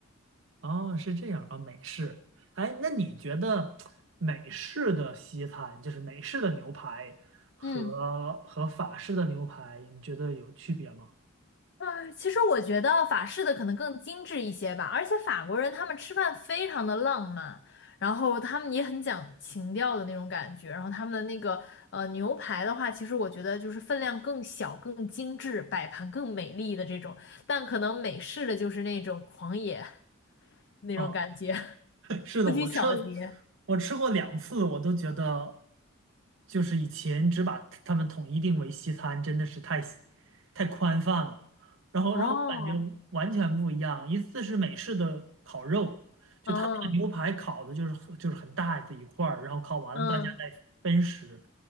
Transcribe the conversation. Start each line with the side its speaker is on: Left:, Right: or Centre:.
Right: 哦，是这样啊，美式。哎，那你觉得美式的西餐，就是美式的牛排和和法式的牛排，
Left: 嗯，
Right: 你觉得有区别吗？
Left: 啊，其实我觉得法式的可能更精致一些吧，而且法国人他们吃饭非常的浪漫，然后他们也很讲情调的那种感觉，然后他们的那个呃牛排的话，其实我觉得就是分量更小、更精致，摆盘更美丽的这种，但可能美式的就是那种狂野那种感觉，
Right: 啊
Left: <laughs>
Right: <laughs> 是的，
Left: 不拘小节。
Right: 我吃我吃过两次，我都觉得就是以前只把他们统一定为西餐，真的是太西太宽泛了，然后让我感觉完全不一样。
Left: 哦，
Right: 一次是美式的烤肉，就他那个牛排烤的就是很就是很大的一块儿，
Left: 嗯
Right: 然后烤完了大家再分食，
Left: 嗯，